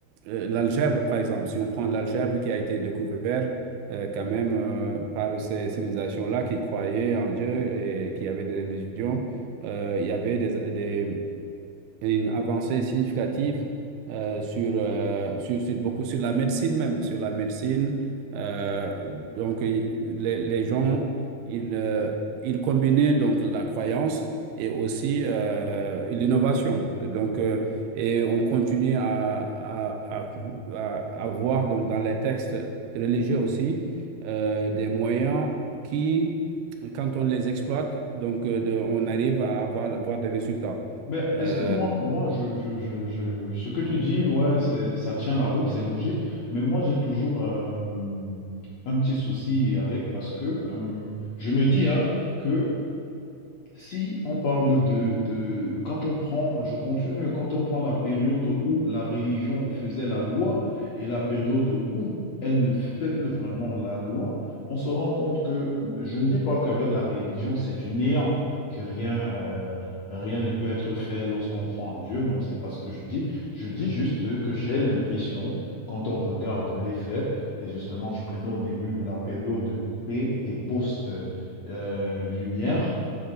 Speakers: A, on the right (about 80°); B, on the left (about 70°).
A: euh, l'algèbre, par exemple. Si on prend l'algèbre qui a été découvert, euh, quand même euh, par ces civilisations-là qui croyaient en Dieu et qui avaient des religions. Euh, il y avait des, des, une avancée significative euh, sur, euh, sur, sur beaucoup sur la médecine même, sur la médecine. Euh, donc i- les, les gens, ils, euh, ils combinaient donc la croyance et aussi euh, l'innovation. Donc euh, et on continue à, à, à, à- à voir donc dans les textes religieux aussi euh, des moyens qui quand on les exploite, donc euh, de- on arrive à avoir, avoir des résultats.
B: mais
A: Euh,
B: est-ce que moi, moi je, je, je, je- ce que tu dis, ouais, c'est, ça tient la route, c'est logique, mais moi, j'ai toujours euh, un petit souci avec parce que euh, je me dis hein, que... Si on parle de, de- quand on prend, je continue, quand on prend la période où la religion faisait la loi et la période où elle ne fait plus vraiment la loi, on se rend compte que, je ne dis pas qu'avec la religion c'est du néant, que rien, euh, rien ne peut être fait lorsqu'on croit en Dieu, non, c'est pas ce que je dis. Je dis juste que j'ai l'impression, quand on regarde les faits, et justement je prenais au début la période pré et post, euh, lumière,